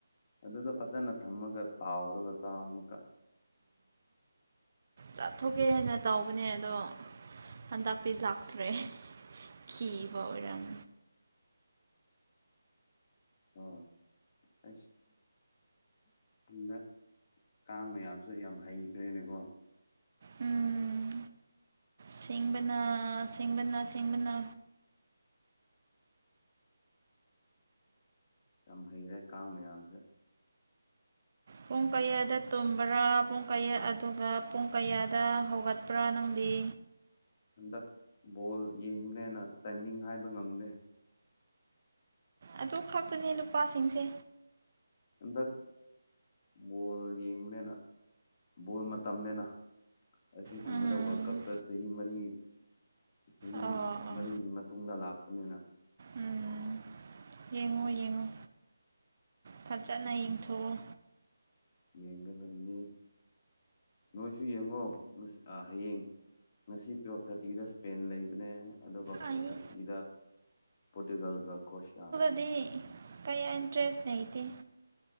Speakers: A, on the left (about 30°); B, on the right (about 45°).
A: ꯑꯗꯨꯗ ꯐꯖꯅ ꯊꯝꯃꯒ ꯇꯥꯎꯔꯒ ꯆꯥ ꯑꯃꯨꯒ
B: ꯀꯥꯞꯊꯣꯛꯀꯦ ꯍꯥꯏꯅ ꯇꯧꯕꯅꯦ ꯑꯗꯣ ꯍꯟꯗꯛꯇꯤ ꯂꯥꯛꯇ꯭ꯔꯦ ꯈꯤꯕ ꯑꯣꯏꯔꯝ
A: ꯑꯣ ꯑ ꯗ ꯀꯥꯡ ꯃꯌꯥꯝꯁꯨ ꯌꯥꯝ ꯍꯩꯈ꯭ꯔꯦꯅꯦꯀꯣ
B: ꯎꯝ ꯁꯤꯡꯕꯅꯥ ꯁꯤꯡꯕꯅꯥ ꯁꯤꯡꯕꯅꯥ
A: ꯌꯥꯝ ꯍꯩꯔꯦ ꯀꯥꯡ ꯃꯌꯥꯝꯁꯦ
B: ꯄꯨꯡ ꯀꯌꯥꯗ ꯇꯨꯝꯕ꯭ꯔꯥ ꯄꯨꯡ ꯀꯌꯥ ꯑꯗꯨꯒ ꯄꯨꯡ ꯀꯌꯥꯗ ꯍꯧꯒꯠꯄ꯭ꯔꯥ ꯅꯪꯗꯤ
A: ꯍꯟꯗꯛ ꯕꯣꯜ ꯌꯦꯡꯅꯦꯅ ꯇꯥꯏꯃꯤꯡ ꯍꯥꯏꯕ ꯉꯝꯗꯦ
B: ꯑꯗꯨ ꯈꯛꯇꯅꯦ ꯅꯨꯄꯥꯁꯤꯡꯁꯦ
A: ꯍꯟꯗꯛ ꯕꯣꯜ ꯌꯦꯡꯕꯅꯤꯅ ꯕꯣꯜ ꯃꯇꯝꯅꯤꯅꯦꯅ ꯑꯁꯤꯒꯨꯝꯕꯗ
B: ꯎꯝ
A: ꯋꯥꯔꯜ ꯀꯞꯇ ꯆꯍꯤ ꯃꯔꯤ ꯆꯍꯤ
B: ꯑꯣ ꯑꯣ
A: ꯃꯔꯤꯒꯤ ꯃꯇꯨꯡꯗ ꯂꯥꯛꯄ ꯃꯅꯤꯅꯥ
B: ꯎꯝ ꯌꯦꯡꯉꯣ ꯌꯦꯡꯉꯣ ꯐꯖꯅ ꯌꯦꯡꯊꯣꯛꯑꯣ
A: ꯌꯦꯡꯒꯗꯕꯅꯤ ꯅꯣꯏꯁꯨ ꯌꯦꯡꯉꯣ ꯑ ꯍꯌꯦꯡ ꯉꯁꯤ ꯇꯨꯌꯦꯦꯜꯞ ꯊꯥꯔꯇꯤꯗ ꯁ꯭ꯄꯦꯟ ꯂꯩꯕꯅꯦ ꯑꯗꯨꯒ ꯐꯣꯔ
B: ꯑꯩ
A: ꯊꯥꯔꯇꯤꯗ ꯄꯣꯔꯇꯨꯒꯜꯒ ꯀ꯭ꯔꯣꯁꯤꯌꯥ
B: ꯗꯤ ꯀꯩ ꯏꯟꯇ꯭ꯔꯦꯁ ꯅꯗꯤ